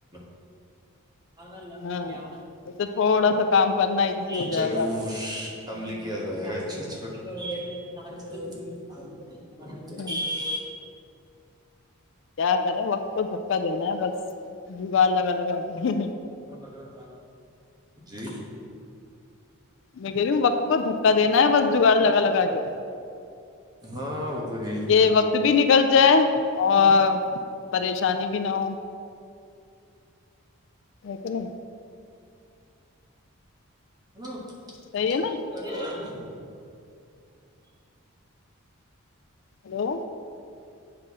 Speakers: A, on the right; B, on the left.
A: بگ اللہ
B: ہاں
A: کیاؤ نا
B: اس سے تھوڑا سا کام کرنا ایزی
A: <unintelligible>
B: ہو جائے
A: ضرور
B: گا آپ کو
A: عمل کیا جائے گا اس چیز پر چ <unintelligible>
B: کیا کیا کریں وقت کو دھکا دینا ہے بس جگاڑ لگا لگا کے
A: کون اگ <unintelligible> بات جی
B: میں کہہ رہی ہوں وقت کو دھکا دینا ہے بس جگاڑ لگا لگا گیا
A: ہاں وہ تو ہے ہی
B: کہ وقت بھی نکل جائے اور پریشانی بھی نہ ہو ہے کہ نہیں
A: ہ <unintelligible>
B: صحیح ہے نا
A: ب <unintelligible>
B: ہیلو